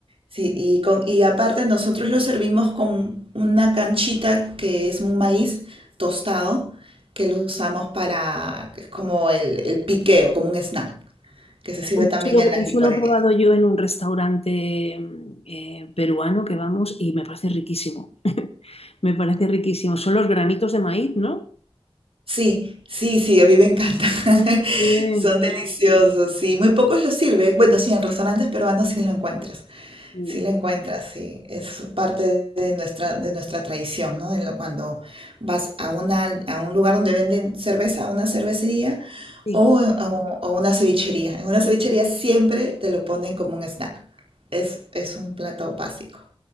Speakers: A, on the right; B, on the left.
A: sí, y, con, y aparte nosotros lo servimos con una canchita que es un maíz tostado, que lo usamos para, que es como el, el piqueo, como un snack, que se sirve también
B: Eso lo,
A: en las
B: eso
A: licorerías.
B: lo he probado yo en un restaurante mm, eh, peruano que vamos y me parece riquísimo. <laughs> Me parece riquísimo. Son los granitos de maíz, ¿no?
A: Sí, sí, sí, a mí me encantan. <laughs>
B: A mí también.
A: Son deliciosos, sí. Muy pocos los sirve. Bueno, sí, en restaurantes peruanos sí lo encuentras.
B: Sí.
A: Sí lo encuentras, sí. Es parte de nuestra, de nuestra tradición, ¿no? En lo, cuando vas a una, a un lugar donde venden cerveza, a una cervecería
B: sí.
A: o en- a, un- a una cevichería. En una cevichería siempre te lo ponen como un snack. Es, es un plato básico.